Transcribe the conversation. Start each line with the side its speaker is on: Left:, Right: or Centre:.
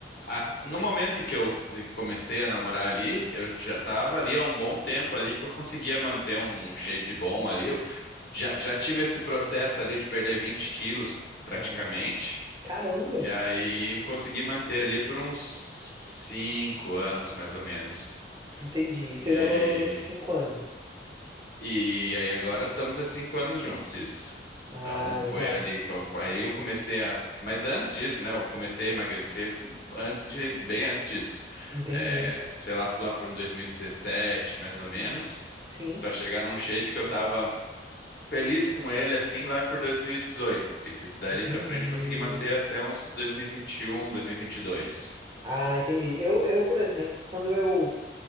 Left: a- no momento em que eu comecei a namorar ali, eu já estava ali há um bom tempo ali que eu conseguia manter um shape bom ali. Já, já tive esse processo ali de perder 20 quilos, praticamente.
Right: Massa. Caramba!
Left: E aí eu consegui manter ali por uns 5 anos, mais ou menos.
Right: Entendi. Você
Left: E aí,
Right: namorou cinco anos.
Left: e aí agora estamos há 5 anos juntos, isso.
Right: Ah,
Left: Então
Right: legal.
Left: foi ali, co- aí eu comecei a... Mas antes disso, né, eu comecei a emagrecer antes de, bem antes disso.
Right: Entendi.
Left: É, sei lá, lá por um 2017, mais ou menos,
Right: Sim,
Left: para chegar num shape que eu tava feliz com ele assim lá por 2018. Dali
Right: entendi.
Left: pra frente consegui manter até uns 2021, 2022.
Right: Ah, entendi. Eu, eu, por exemplo, quando eu.